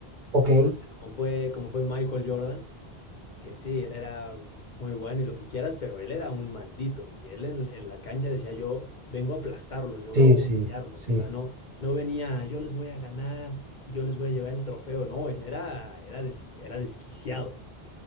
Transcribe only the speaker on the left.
Como no sé, como fue, como fue Michael Jordan. que sí, él era muy bueno y lo que quieras, pero él era un maldito y él en, en la cancha decía yo vengo a aplastarlos, yo
vengo
a humillarlos,
o sea, no, no venía yo les voy a ganar y yo les voy a llevar el trofeo, no, él era, era, des- era desquiciado.